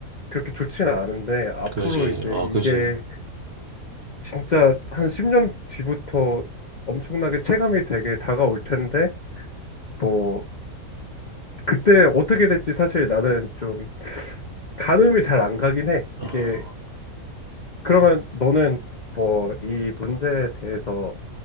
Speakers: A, on the left; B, on the right.
A: 그렇게 좋지는 않은데 앞으로
B: 그지,
A: 이제
B: 어,
A: 이게
B: 그지.
A: 진짜 한 10년 뒤부터 엄청나게 체감이 되게 다가올 텐데 뭐 그때 어떻게 될지 사실 나는 좀 가늠이 잘 안 가긴 해.
B: 어,
A: 이게 그러면 너는 뭐 이 문제에 대해서